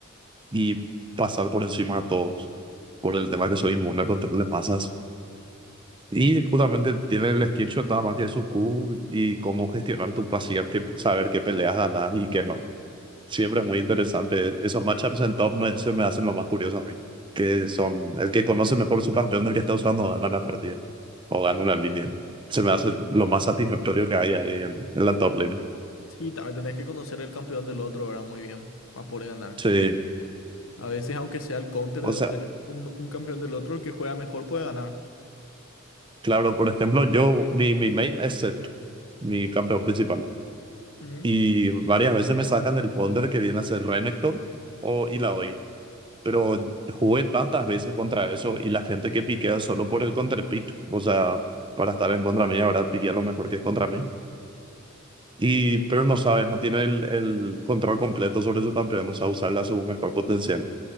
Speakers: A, on the right; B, on the left.
A: y pasar por encima de todos por el tema que soy inmune contra le pasas. Y justamente tiene el skill shot nada más tiene su Q y cómo gestionar tu pasiva, que, saber qué peleas ganas y qué no. Siempre es muy interesante. Esos matchups en top me, se me hacen lo más curioso hoy. Que son el que conoce mejor su campeón del que está usando gana la partida o gana la línea. Se me hace lo más satisfactorio que hay ahí en, en la top lane.
B: Sí, también tenés que conocer el campeón del otro, ¿verdad? Muy bien, para poder ganar.
A: Sí.
B: A veces, aunque sea el counter
A: O
B: de
A: sea,
B: donde un, un campeón del otro, el que juega mejor puede ganar.
A: claro, por ejemplo, yo, mi, mi main es Zed, mi campeón principal.
B: Ujú.
A: y varias veces me sacan del counter que viene a ser Renekton o Illaoi. Pero jugué tantas veces contra eso y la gente que piquea solo por el counter pick, o sea, para estar en contra mí, ahora piquea lo mejor que es contra mí. Y, pero no sabe, no tiene el, el control completo sobre su campeón, o sea, usarla a su mejor potencial.